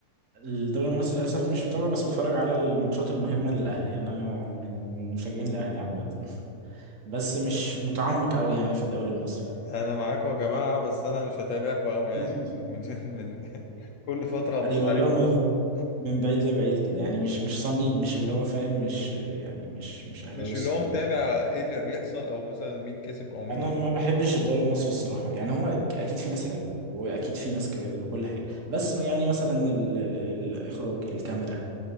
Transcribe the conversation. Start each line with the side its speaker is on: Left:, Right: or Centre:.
Right: الدوري المصري للاسف مش متابع بس بتفرج على الماتشات المهمه للاهلي انا من مشجعين الاهلي عامه <laughs> بس مش متعمق قوي يعني في الدوري المصري
Left: انا معاكم يا جماعة بس انا مش هتابعكم قوي يعني
Right: <laughs>
Left: من من <laughs> من كل فترة هبص
Right: ايوه
Left: عليكم
Right: اللي هو من
Left: بصة
Right: من بعيد لبعيد كده يعني مش مش صميم مش اللي هو فاهم مش يعني مش مش اهلاوي
Left: مش
Right: الصميم
Left: اللي هو متابع ايه اللي بيحصل او مثلا مين كسب او مين
Right: انا ما بحبش الدوري المصري الصراحه يعني هما اكيد في ناس حلوه واكيد في ناس كوادر وكل حاجه بس يعني مثلا ال ال الاخراج الكاميرا